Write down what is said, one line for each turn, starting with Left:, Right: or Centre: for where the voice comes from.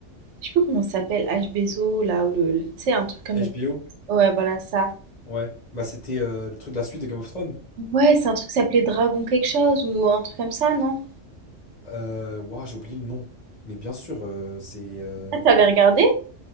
Right: je sais plus comment ça s'appelle, HBZO là, ou le, tu sais, un truc comme.
Left: HBO?
Right: Ouais, voilà ça.
Left: Ouais. Bah, c'était euh, le truc de la suite de Game of Thrones.
Right: Ouais, c'est un truc qui s'appelait Dragon quelque chose ou un truc comme ça, non?
Left: Euh, ouah, j'ai oublié le nom. Mais bien sûr, euh, c'est. euh,
Right: Ah, t'avais regardé?